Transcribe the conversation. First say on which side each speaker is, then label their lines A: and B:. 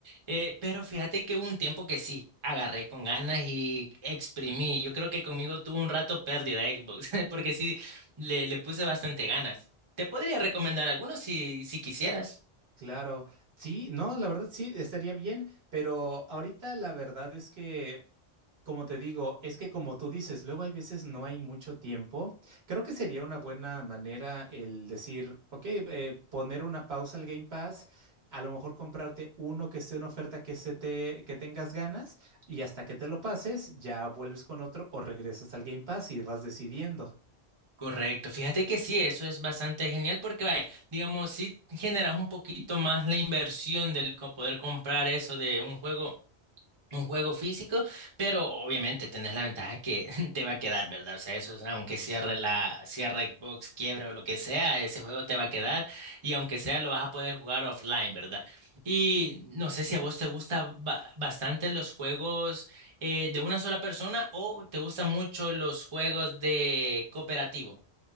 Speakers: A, on the right; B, on the right.
A: Eh, pero fíjate que hubo un tiempo que sí, agarré con ganas y exprimí. Yo creo que conmigo tuvo un rato pérdida Xbox, <laughs> porque sí, le, le puse bastante ganas. Te podría recomendar algunos si, si quisieras.
B: Claro, sí, no, la verdad sí, estaría bien, pero ahorita la verdad es que, como te digo, es que como tú dices, luego hay veces no hay mucho tiempo. Creo que sería una buena manera el decir, ok, eh, poner una pausa al Game Pass, a lo mejor comprarte uno que esté en oferta que se te, que tengas ganas y hasta que te lo pases, ya vuelves con otro o regresas al Game Pass y vas decidiendo.
A: Correcto, fíjate que sí, eso es bastante genial porque, vaya, digamos, si generas un poquito más la inversión del co- poder comprar eso de un juego, un juego físico, pero obviamente tenés la ventaja que <laughs> te va a quedar, ¿verdad? O sea, eso es, aunque cierre la, cierre Xbox, quiebre o lo que sea, ese juego te va a quedar y aunque sea lo vas a poder jugar offline, ¿verdad? Y no sé si a vos te gustan ba- bastante los juegos eh, de una sola persona o te gustan mucho los juegos de cooperativo.